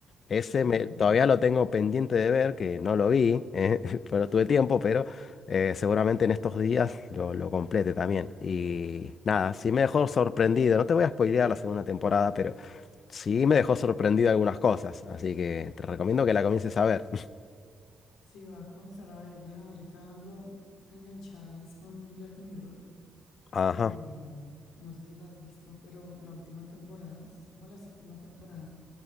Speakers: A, on the left; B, on the left.
A: ese
B: ujú.
A: me- todavía lo tengo pendiente de ver, que no lo vi, <laughs> eh, pero tuve tiempo, pero eh, seguramente en estos días lo, lo complete también. Y nada, sí me dejó sorprendido. No te voy a spoilear la segunda temporada, pero sí me dejó sorprendido algunas cosas. Así que te recomiendo que la comiences a ver. <laughs>
B: Sí, va a comenzar a verla ahorita dando enganchadas con Black Mirror.
A: Ajá.
B: Eh, no sé si la has visto, pero la última temporada, es como la séptima temporada,